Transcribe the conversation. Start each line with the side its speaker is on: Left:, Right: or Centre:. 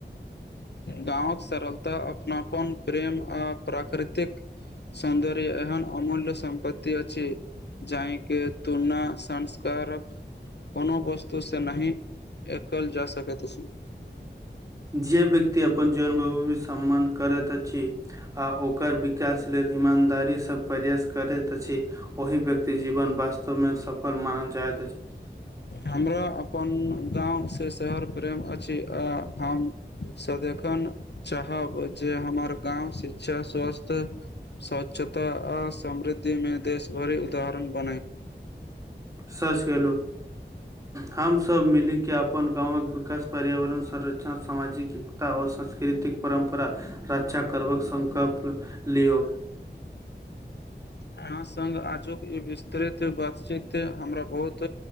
Left: गाँवक सरलता अपनापन प्रेम आ प्राकृतिक सौन्दर्य एहन अमूल्य सम्पत्ति अछि जाहिके तुलना संस्कारक कोनो वस्तुसँ नहि एकल जा सकैत अछि
Right: जे व्यक्ति अपन जन्मभूमि सम्मान करैत अछि आ ओकर विकास लेल ईमानदारीसँ प्रयास करैत अछि ओहि व्यक्ति जीवन वास्तवमे सफल मानल जाइत अछि ह <inaudible>
Left: हमरा अपन गाँवसँ शहर प्रेम अछि आ हम सँ देखन चाहब जे हमर गाँव शिक्षा स्वास्थ स्वच्छता आ समृद्धिमे देशभरि उदाहरण बनय
Right: सच केहलु हम सभ मिलि कऽ अपन गावँक विकास पर्यावरण संरक्षण सामाजिक एकता आ सक्ष सांस्कृतिक परम्परा रक्षा करबाक संकल्प लियौ
Left: अहाँ संग आजुक ई विस्तृत बातचीत हमरा बहुत